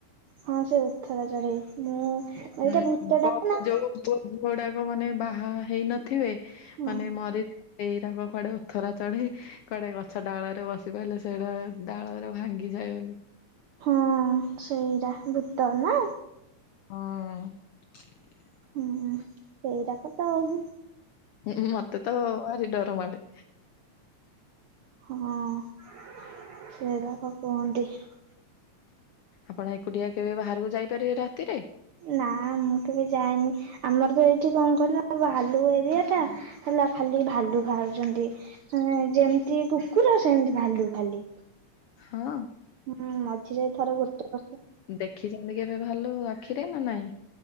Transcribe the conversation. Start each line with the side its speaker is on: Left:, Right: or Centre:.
Right: ହଁ ସେ ଓଥରା ଚଡୋଇ ମୁଁ ଏଇଟା
Left: ହୁଁ
Right: ଭୂତ
Left: କୁହ
Right: ଡାକ ନା କଣ?
Left: ଯୋଉ <inaudible> ଝୁଅ ଗୁଡାକ ମାନେ ବାହା ହେଇନଥିବେ
Right: ହଁ
Left: ମାନେ ମରି ସେଇରାକ କୁଆଡେ ଓଥରା ଚଢୋଇ କୁଆଡେ ଗଛ ଡାଳ ରେ ବସି ପଇଲେ ସେଇଡା ଡାଳରେ ଭାଙ୍ଗିଯାଏ ବୋଲି।
Right: ହଁ ସେଇରା ଭୂତ ନା।
Left: ହଁ।
Right: ହୁଁ ସେଇରା <unintelligible>
Left: ହୁଁ-ହୁଁ ମତେ ତ ଭାରି ଡର ମାଡେ।
Right: ହଁ <unintelligible> କୁହନ୍ତି।
Left: ଆପଣ ଏକୁଟିଆ କେବେ ବାହାରକୁ ଯାଇପାରିବେ ରାତିରେ?
Right: ନା ମୁଁ କେବେ ଯାଏନି ଆମର ତ ଏଇଠି କଣ କହିଲ ଭାଲୁ ଏରିଆ ଟା ହେଲା ଖାଲି ଭାଲୁ ବାହାରୁଚନ୍ତି। ମାନେ ଯେମ୍ତି କୁକୁର ସେମ୍ତି ଭାଲୁ ଖାଲି।
Left: ହଁ
Right: ହୁଁ ମଝିରେ ଥରେ ଗୋଟେ ବର୍ଷ
Left: ଦେଖିଚନ୍ତି କେବେ ଭାଲୁ ଆଖିରେ ନା ନାଇଁ?